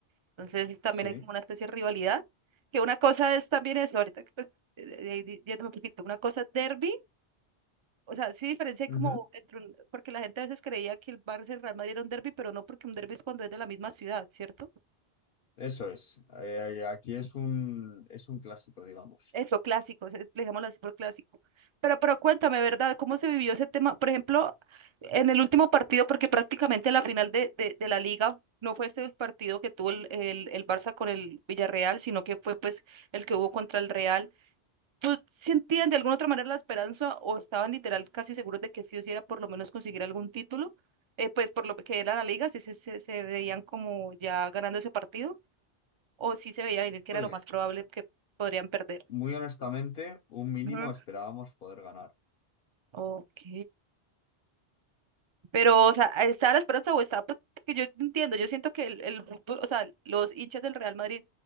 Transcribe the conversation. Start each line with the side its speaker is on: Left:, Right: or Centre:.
Right: Entonces, también
Left: Sí,
Right: hay como una especie de rivalidad, que una cosa es también eso, ahorita que pues, eh, eh, di- yéndome un poquito, una cosa es derbi o sea, sí diferencia hay
Left: ujú.
Right: como entre un- porque la gente a veces creía que el Barça y el Real Madrid era un derbi, pero no porque un derbi es cuando es de la misma ciudad, ¿cierto?
Left: Eso es. Eh, eh, aquí es un, es un clásico, digamos.
Right: Eso, clásicos se- le llamamos así por clásico. Pero, pero cuéntame, ¿verdad? ¿Cómo se vivió ese tema? Por ejemplo, en el último partido, porque prácticamente la final de, de, de la liga no fue este el partido que tuvo el, el, el Barça con el Villarreal, sino que fue pues el que hubo contra el Real. ¿Tú sentían de alguna otra manera la esperanza o estaban literal casi seguros de que sí o sí era por lo menos conseguir algún título? Eh, pues por lo que era la liga, si se, se, se veían como ya ganando ese partido o si se veía venir que
Left: Bueno,
Right: era lo más probable que podrían perder.
Left: muy honestamente, un mínimo
Right: Ujú.
Left: esperábamos poder ganar.
Right: Ok. Pero, o sea, ¿está la esperanza o está? Pues, porque yo entiendo, yo siento que el, el fútbol, o sea, los hinchas del Real Madrid